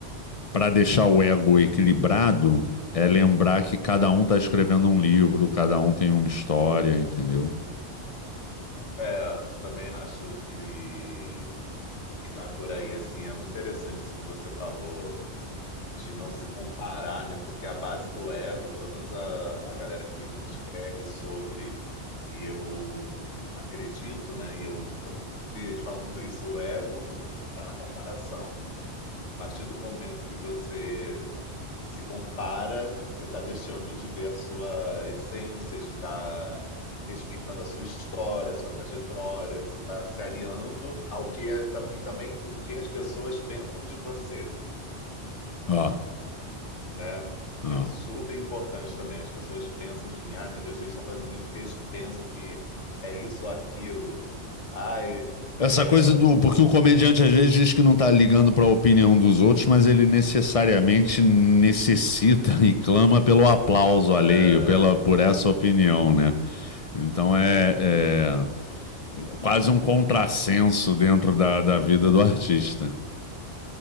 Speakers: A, on the left; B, on the left.
A: para deixar o ego equilibrado, é lembrar que cada um está escrevendo um livro, cada um tem uma história, entendeu?
B: É, também acho que, que vai por aí, assim. É muito interessante isso que você falou. de não se comparar, né? Porque a base do ego, pelo menos a, a galera que escreve sobre, e eu acredito, né? E eu, eles falam muito isso, o ego está na comparação. A partir do momento que você se compara, você está deixando de ver a sua essência, de estar respeitando a sua história, a sua trajetória, você está se aliando ao que é, e também o que as pessoas pensam de você.
A: Ó, ah,
B: né?
A: ó.
B: Que
A: Ah.
B: é super importante também. As pessoas pensam de mim, ai meu Deus, eles estão fazendo isso porque eles pensam que é isso ou aquilo. Ai,
A: Essa
B: é,
A: coisa do. Porque
B: o,
A: o comediante às vezes diz que não tá ligando pra opinião dos outros, mas ele necessariamente necessita <laughs> e clama pelo aplauso alheio,
B: é,
A: pela, por essa opinião, né? Então
B: uhum,
A: é, é um- quase um contrassenso dentro da, da vida do artista.